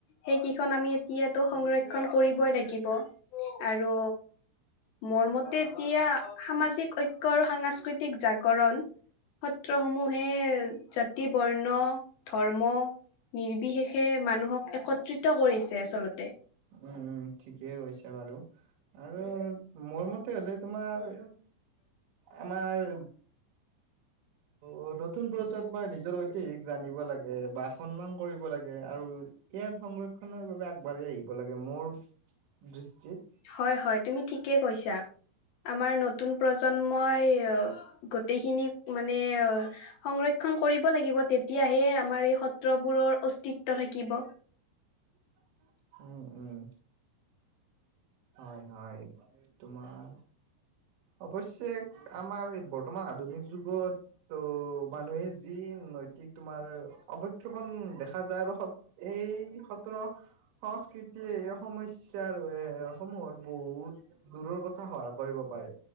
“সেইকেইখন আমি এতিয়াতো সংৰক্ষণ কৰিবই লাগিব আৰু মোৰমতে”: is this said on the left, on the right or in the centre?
Left